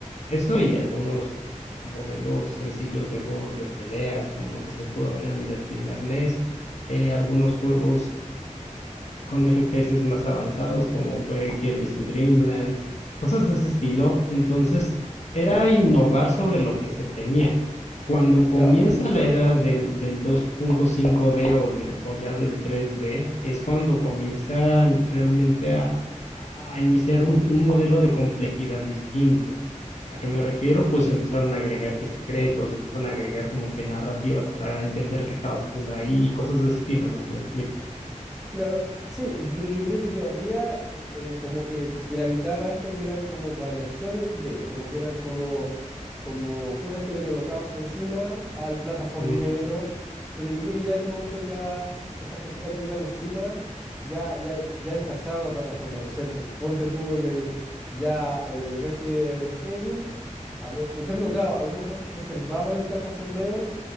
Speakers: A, on the left (about 60°); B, in the centre.
A: eso y algunos ah, modelos sencillos de juegos de peleas, como lo que se pudo ver en el primer NES, eh, algunos juegos eh, con FPS más avanzados, como fue Kirby's in Dreamland, cosas de ese estilo. Entonces, era innovar sobre lo que se tenía. Cuando comienza
B: Claro.
A: la era del, del 2.5D o, del- o ya del 3D, es cuando comienzan realmente a, a- a iniciar un, un modelo de complejidad distinto. ¿A qué me refiero? Pues empezaron a agregar que secretos, empezaron a agregar como que narrativas para entender qué estabas haciendo ahí, cosas de ese estilo, no sé si me explico.
B: Claro, sí, yo- pero yo creo que todavía eh, eh, como que gravitaba esto que eran como variaciones de, como que eran como, como cosas que le colocabas encima al plataformero,
A: Mm,
B: pero yo creo que ya en un momento ya estas cositas que iban encima ya, ya, ya desplazaron la plataforma, no sé, po- ponte tú en el, ya el Resident Evil, a ver, por ejemplo, claro, algunas cosas conservaban el plataformero